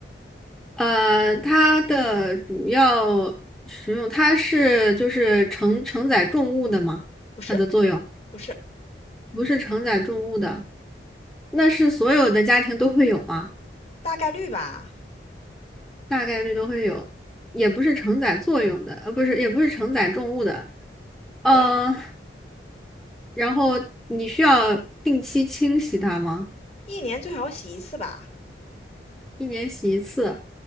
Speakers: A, in the centre; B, on the left (about 35°).
A: 呃，它的主要使用，它是就是承承载重物的吗？
B: 不是，
A: 它的作用
B: 不是，
A: 不是承载重物的，那是所有的家庭都会有吗？
B: 大概率吧。
A: 大概率都会有，也不是承载作用的，呃，不是，也不是承载重物的，呃，
B: 对，
A: 然后你需要定期清洗它吗？
B: 一年最好洗一次吧。
A: 一年洗一次，